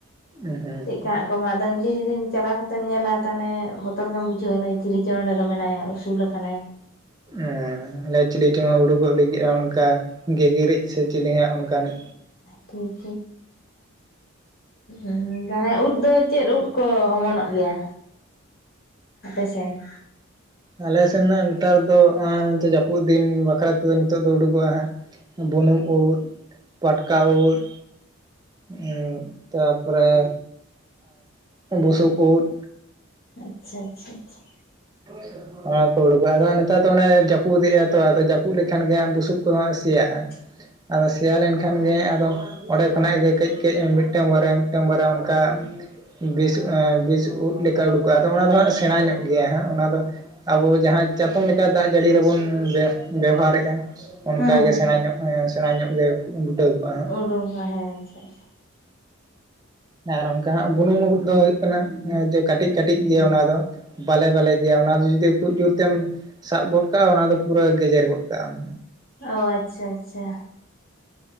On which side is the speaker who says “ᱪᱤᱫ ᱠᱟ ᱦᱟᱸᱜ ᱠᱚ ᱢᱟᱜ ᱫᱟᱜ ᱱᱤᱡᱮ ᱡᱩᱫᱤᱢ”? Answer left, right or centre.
Left